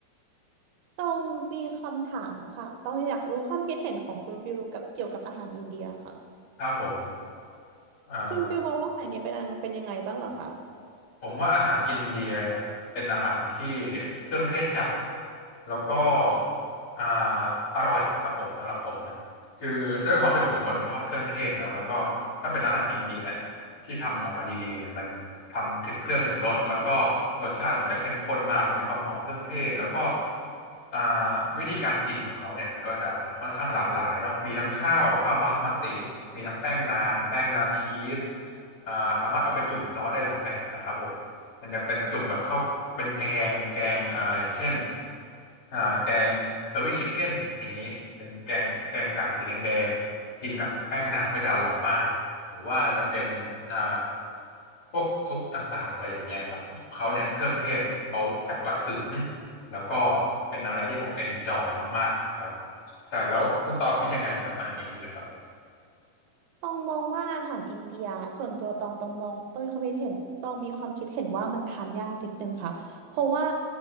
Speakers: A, on the right (about 85°); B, on the left (about 35°).
A: ต้องมีคำถามค่ะต้องอยากรู้ความคิดเห็นของคุณฟิลกับเกี่ยวกับอาหารอินเดียค่ะ
B: ครับผมอ่า
A: คุณฟิลมองว่าอาหารอินเดียเป็นยังเป็นยังไงบ้างเหรอคะ
B: ผมว่าอาหารอินเดียเนี่ยเป็นอาหารที่เครื่องเทศจัดแล้วก็อ่าอร่อยครับผมสำหรับผมนะคือด้วยความที่ผมเป็นคนชอบเครื่องเทศเนาะแล้วก็ถ้าเป็นร้านอาหารอินเดียที่ทำออกมาดีๆเนี่ยมันทำถึงเครื่องถึงรสแล้วก็รสชาติมันจะเข้มข้นมากมีความหอมเครื่องเทศแล้วก็อ่าวิธีการกินของเขาเนี่ยมันก็จะค่อนข้างหลากหลายเนาะมีทั้งข้าวข้าวบาสมาติมีทั้งแป้งนานแป้งนานชีส อ่าสามารถเอาไปจุ่มซอสได้หลายแบบนะครับผมมันจะเป็นจุ่มกับข้าวเป็นแกงแกงอ่าอย่างเช่นอ่าแกงเคอรี่ชิคเก้นอย่างนี้เป็นแกงแกงไก่สีแดงแดงกินกับแป้งนานก็จะอร่อยมากหรือว่าจะเป็นอ่าพวกซุปต่างๆอะไรอย่างเงี้ยครับของเขาเนี่ยเครื่องเทศเขาจัดว่าถึงแล้วก็เป็นอะไรที่ผมเอนจอยมากๆครับใช่แล้วคุณตองคิดยังไงกับอาหารอินเดียครับ
A: ตองมองว่าอาหารอินเดียส่วนตัวตองตองมองตองมีความคิดเห็นตองมีความคิดเห็นว่ามันทานยากนิดนึงค่ะเพราะว่า